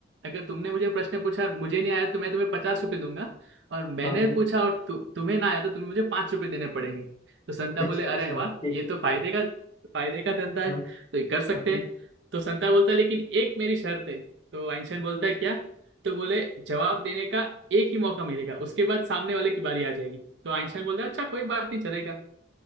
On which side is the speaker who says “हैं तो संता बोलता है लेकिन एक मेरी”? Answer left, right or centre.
Right